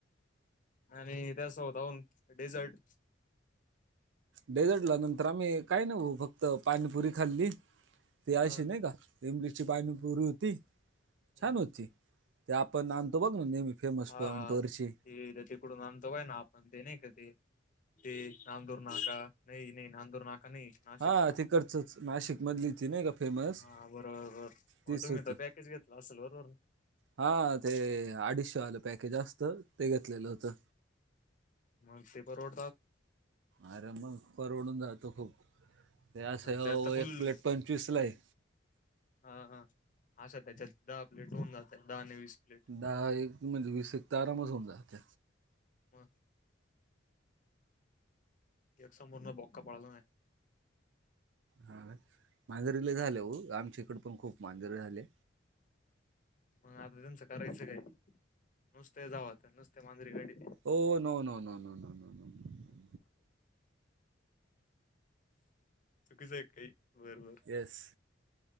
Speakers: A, on the left; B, on the right.
A: आणि त्या स्वतः हून डेझर्ट
B: डेझर्टला नंतर आम्ही काय नाही भाऊ फक्त पाणीपुरी खाल्ली ते अशी
A: हा
B: नाही का रिमलची पाणीपोरी होती
A: हम्म.
B: छान होती ते आपण आणतो बघ नेहमी. फेमस
A: हा
B: पॉईंट वरची.
A: ती तिकडून आणतो काय ना आपण ते नाही का ते. ते नांदूर नाका नाही, नाही नांदूर नाका नाही. नाशिक
B: हा
A: रोड,
B: तिकडचंच नाशिक मधली ती नाही का फेमस
A: हा बरोबर
B: तीच
A: तुम्ही
B: होती.
A: तर पॅकेज घेत क्लास वरूण.
B: हा ते अडीचशेवालं पॅकेज असत ते घेतलेलं होतं.
A: मग ते <unintelligible>
B: आर मग परवडून जातो खूप. त्यास एक
A: त्यात तर फुल
B: प्लेट पंचवीस लाये.
A: हा हा असा त्याच्यात दहा प्लेट होऊन जातय दहा आणि वीस प्लेट.
B: दहा एक म्हणजे वीस एक तर आरामच होऊन जात.
A: हा. एक संमोरून बॉका पळाला नाय.
B: हा मांजरीले झाले हो आमच्या इकड पण खूप मांजरे झाले.
A: मग आता त्यांचं करायचं काय? नुसते जावत नुसते्या मांजरी गाडी.
B: ओ no no no no no no no
A: चुकीच आहे काही, बरबर.
B: तेस.